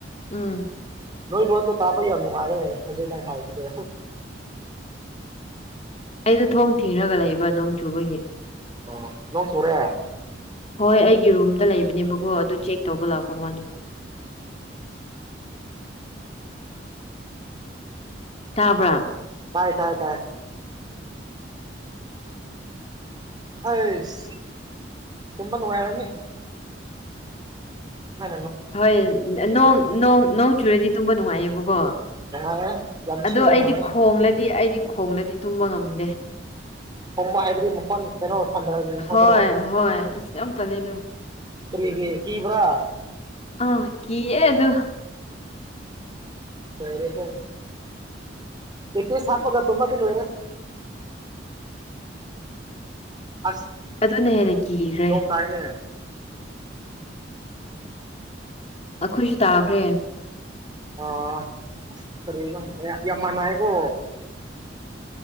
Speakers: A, on the left; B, on the right.
A: ꯎꯝ
B: ꯅꯣꯏ ꯂꯣꯟꯗꯣ ꯇꯥꯕ ꯌꯥꯝ ꯅꯨꯡꯉꯥꯏꯔꯦ ꯍꯧꯖꯤꯛ ꯅ ꯍꯥꯏꯕꯗ
A: ꯑꯩꯗꯣ ꯊꯣꯡ ꯊꯤꯔꯒ ꯂꯩꯕ ꯅꯣꯡ ꯆꯨꯕꯒꯤ
B: ꯑꯣ ꯅꯪ ꯆꯣꯔꯦ
A: ꯍꯣꯏ ꯑꯩꯒꯤ ꯔꯨꯝꯗ ꯂꯩꯕꯅꯦꯕꯀꯣ ꯑꯗꯨ ꯆꯦꯛ ꯇꯧꯕ ꯂꯥꯛꯄ ꯃꯗ ꯇꯥꯕ꯭ꯔꯥ
B: ꯍꯥꯏꯥꯏ ꯇꯣꯏꯥꯏ ꯇ ꯍꯣꯏꯁ ꯇꯨꯝꯃ ꯅꯨꯡꯉꯥꯏꯔꯅꯤ ꯃ
A: ꯍꯣꯏ ꯅꯣꯡ ꯅꯣꯡ ꯅꯣꯡ ꯆꯨꯔꯗꯤ ꯇꯨꯝꯕ ꯅꯨꯡꯉꯥꯏꯌꯦꯕꯀꯣ
B: ꯅꯨꯡꯉꯥꯏꯌꯦ ꯌꯥꯝ
A: ꯑꯣ
B: ꯊꯤꯅ ꯅꯨꯡꯉꯥꯏꯌꯦ
A: ꯑꯩꯗꯤ ꯈꯣꯡꯂꯗꯤ ꯑꯩꯗꯤ ꯈꯣꯡꯂꯗꯤ ꯇꯨꯝꯕ ꯉꯝꯗꯦ
B: ꯍꯣꯡꯕ ꯍꯥꯏꯕꯗꯤ ꯃꯈꯣꯟ ꯀꯩꯅꯣ ꯊꯟꯗꯔꯗꯤ ꯃꯈꯣꯟꯗꯨꯔꯣ
A: ꯍꯣꯏ ꯍꯣꯏ ꯑꯁ ꯌꯥꯝ ꯇꯜꯂꯦ ꯑꯗꯣ
B: ꯔꯤꯒ ꯀ ꯚ꯭ꯔꯥ
A: ꯑ ꯀꯑꯦ ꯑꯗꯨ ꯑꯗꯨ
B: ꯁꯔꯦ ꯍ ꯑꯦꯠꯇꯤꯁ ꯁꯥꯄꯒ ꯇꯣꯝꯕꯗꯤꯤꯟ ꯑꯣꯏꯔꯦ ꯑꯁꯣꯡ
A: ꯑꯗꯨꯅ ꯍꯦꯟꯅ ꯀꯤꯈ꯭ꯔꯦ
B: ꯇꯥꯏꯅꯦ
A: ꯑꯩꯈꯣꯏꯁꯨ ꯇꯥꯈ꯭ꯔꯦ
B: ꯑ ꯑꯁ ꯀꯔꯤꯅ ꯌꯥꯝ ꯃꯥꯟꯅꯏꯀꯣ